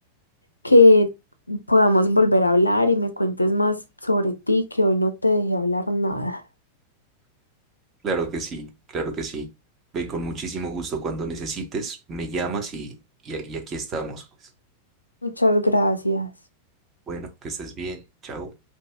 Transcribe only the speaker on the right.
Claro que sí, claro que sí. Ve con muchísimo gusto cuando necesites, me llamas y, y, y aquí estamos. pues.
Bueno, que estés bien. Chao.